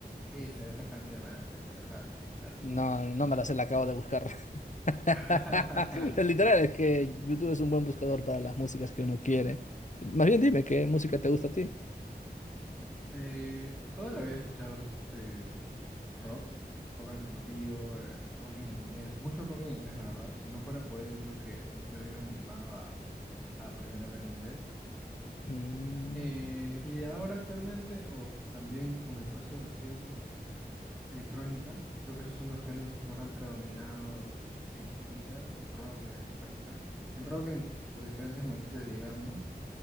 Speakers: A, in the centre; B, on the left.
A: Esa, esa canción, ah, te, te la sabes, sí, claro.
B: No, no me la sé, la acabo de buscar. <laughs>
A: <laughs>
B: Es Literal, es que YouTube es un buen buscador para las músicas que uno quiere. Más bien dime, ¿qué música te gusta a ti?
A: Eh, toda la vida he escuchado eh, rock, rock alternativo, eh, rock en inglés, mucho rock en inglés, la verdad. Si no fuera por ello, creo que no me hubiera animado a, a aprender a hablar inglés.
B: Mm,
A: Eh, y de ahora actualmente, o también con el paso de los tiempos, eh, electrónica, creo que esos son los géneros que más han predominado en mi vida, el rock y la electrónica. El rock en sus diferentes matices, digamos.